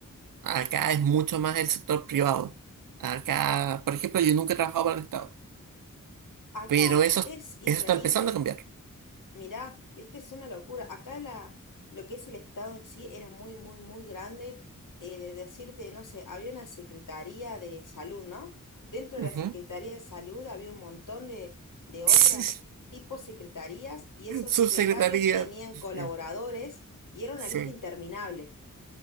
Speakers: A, on the right (about 80°); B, on the left (about 70°).
A: Acá es mucho más el sector privado. Acá, por ejemplo, yo nunca he trabajado para el Estado,
B: Acá
A: pero eso,
B: es increíble
A: eso está empezando a cambiar.
B: Mirá, viste, es una locura. Acá la, lo que es el Estado en sí era muy, muy, muy grande. eh, de decirte, no sé, había una Secretaría de Salud, ¿no? Dentro
A: Ujú.
B: de la Secretaría de Salud había un montón de, de otras
A: Sí,
B: tipos secretarías y esos
A: Subsecretaría.
B: secretarios tenían colaboradores
A: Eh,
B: y era una
A: Sí,
B: lista interminable.